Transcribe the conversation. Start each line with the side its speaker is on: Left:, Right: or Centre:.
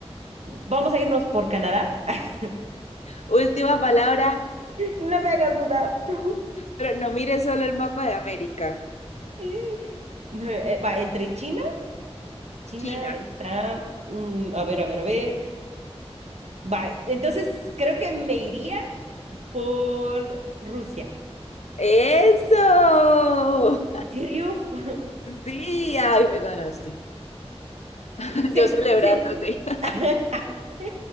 Right: Vamos a irnos por Canadá. <laughs>
Left: Última palabra,
Right: No me hagas dudar. <laughs>
Left: pero no mire solo el mapa de América.
Right: Mm. Eh, Va, entre China, China
Left: China.
Right: está, mm, a ver, a ver, a ver. Va, entonces creo que me iría por Rusia.
Left: Eso.
Right: ¿En serio? <laughs>
Left: Sí, ay, me ganaste. <laughs>
Right: Se,
Left: Yo celebrándote.
Right: se-
Left: <laughs>
Right: <laughs>